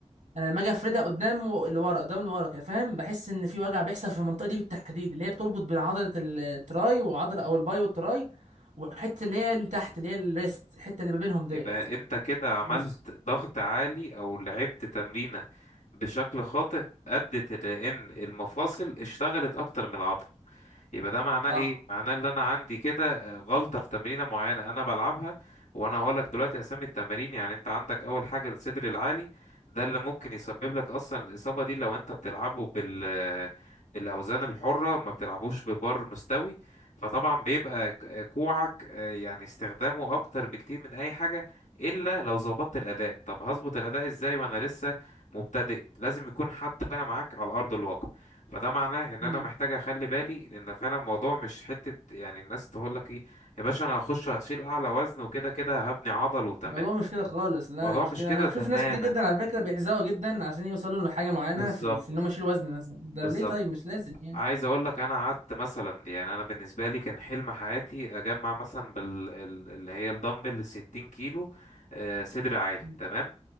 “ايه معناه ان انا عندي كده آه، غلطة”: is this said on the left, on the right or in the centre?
Left